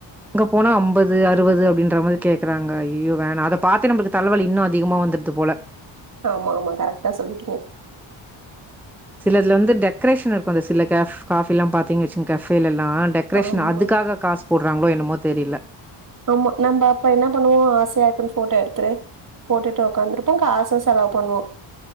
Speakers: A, in the centre; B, on the right (about 40°).
A: இங்க போனா ஐம்பது அறுபது அப்படின்ற மாதிரி கேக்குறாங்க ஐயோ வேணாம் அத பாத்து நம்பளுக்கு தலவலி இன்னும் அதிகமா வந்துடுது போல
B: ஆமா ஆமா கரெக்டா சொல்லிட்டீங்க
A: சில இதுல வந்து டெக்கரேஷன் இருக்கும் அந்த சில கேஃப் காஃபில்லாம் பாத்தீங்க வச்சுங்க கஃபேல எல்லாம் டெக்ரேஷன்
B: ஆமா,
A: அதுக்காக காசு போடுறாங்களோ என்னமோ தெரில
B: அம்மா நம்ம அப்ப என்ன பண்ணுவோம் ஆசையா இருக்குன்னு போட்டோ எடுத்துரு போட்டுட்டு உக்காந்துட்டு இருப்போம் காசு செலவு பண்ணுவோம்